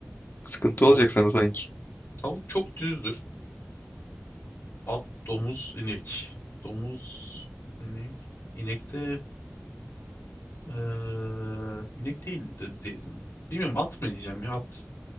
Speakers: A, on the left; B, on the left.
A: Sıkıntı
B: tavuk,
A: olacak sana sanki.
B: tavuk çok düzdür. At, domuz, inek. Domuz, inek. İnek de Eee, inek değildi de- değil mi? Bilmiyorum at mı diyeceğim ya at.